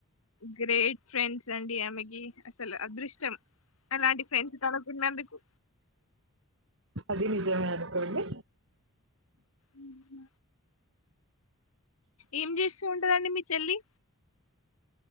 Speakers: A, on the left; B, on the right.
A: గ్రేట్ ఫ్రెండ్స్ అండి ఆమెకీ అసలు అదృష్టం ఆలాంటి ప్రెండ్స్ తనక్ కున్నందుకు
B: అది నిజమే అనుకోండి
A: ఉ హు ఏం జేస్తూ ఉంటదండి మీ చెల్లి